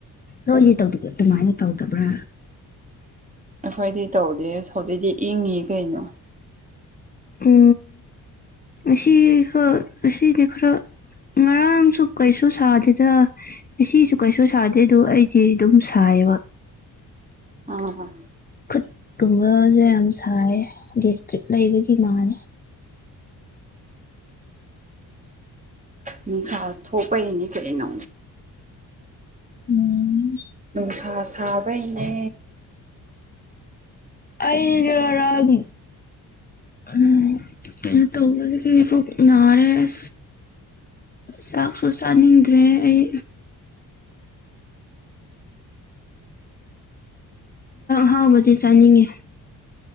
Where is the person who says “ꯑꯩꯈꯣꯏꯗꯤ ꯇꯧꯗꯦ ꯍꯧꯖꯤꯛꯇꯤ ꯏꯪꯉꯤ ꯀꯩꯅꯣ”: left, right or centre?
Right